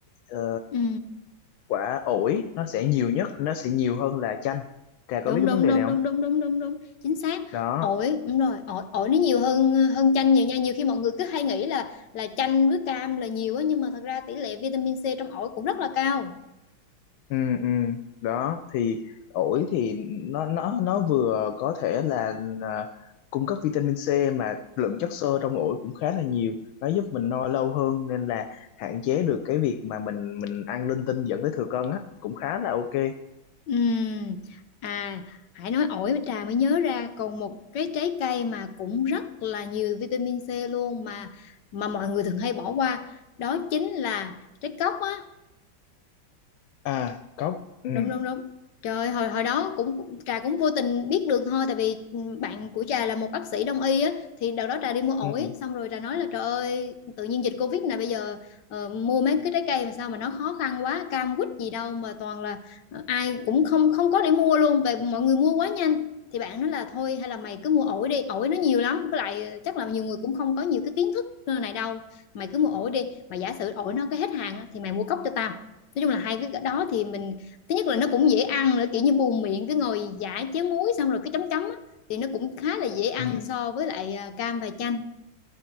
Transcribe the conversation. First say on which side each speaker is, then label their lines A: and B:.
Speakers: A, on the left; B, on the left.
A: ờ,
B: ừ.
A: quả ổi nó sẽ nhiều nhất nó sẽ nhiều hơn là chanh Trà có
B: đúng
A: biết cái
B: đúng
A: vấn đề
B: đúng
A: này không?
B: đúng đúng đúng đúng đúng chính xác
A: đó
B: ổi đúng rồi ổi ổi nó nhiều hơn hơn chanh nhiều nha nhiều khi mọi người cứ hay nghĩ là là chanh với cam là nhiều á nhưng mà thật ra tỷ lệ vitamin C trong ổi cũng rất là cao
A: ừ ừ đó thì ổi thì nó nó nó vừa có thể là à, cung cấp vitamin C mà lượng chất xơ trong ổi cũng khá là nhiều nó giúp mình no lâu hơn nên là hạn chế được cái việc mà mình mình ăn linh tinh dẫn tới thừa cân á cũng khá là ok
B: Ừm, À, Hải nói ổi với trà mới nhớ ra còn một cái trái cây mà cũng rất là nhiều vitamin C luôn mà mà mọi người thường hay bỏ qua đó chính là trái cóc á
A: à có ừ
B: đúng đúng đúng trời ơi, hồi hồi đó cũng cũng- trà cũng vô tình biết được thôi tại vì ừ, bạn của trà là một bác sĩ đông y á thì đợt đó trà đi mua ổi
A: ừ ừ
B: xong rồi trà nói là trời ơi tự nhiên dịch covid này bây giờ ờ, mua mấy cái trái cây mà sao mà nó khó khăn quá cam quýt gì đâu mà toàn là ờ, ai cũng không không có để mua luôn về mọi người mua quá nhanh thì bạn nói là thôi hay là mày cứ mua ổi đi ổi nó nhiều lắm với lại ờ, chắc là nhiều người cũng không có nhiều cái kiến thức này đâu mày cứ mua ổi đi mà giả sử ổi nó cái hết hàng á, thì mày mua cốc cho tao nói chung là hai cái đó thì mình thứ nhất là nó cũng dễ ăn nữa kiểu như buồn miệng cứ ngồi giải chén muối xong rồi cái chấm chấm á, thì nó cũng khá là dễ ăn
A: ừ ừ,
B: so với lại à, cam và chanh